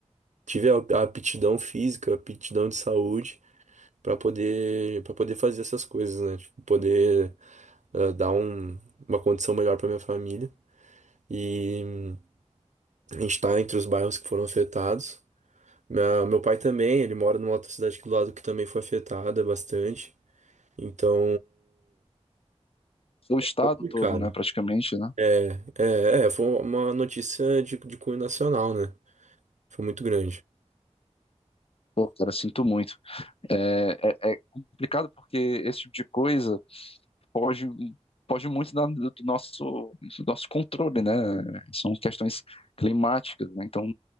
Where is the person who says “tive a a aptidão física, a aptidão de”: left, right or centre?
Right